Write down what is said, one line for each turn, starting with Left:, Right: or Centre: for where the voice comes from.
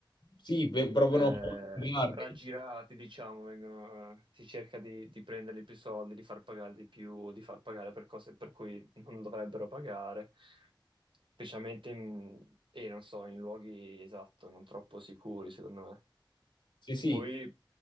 Left: Sì, ve- provano
Right: eh,
Left: a spiegarli.
Right: raggirati, diciamo, vengono, si cerca di, di prenderli più soldi, di far pagare di più, di far pagare per cose per cui non dovrebbero pagare, specialmente in, e non so, in luoghi esatto, non troppo sicuri, secondo me.
Left: Sì, sì,
Right: Poi,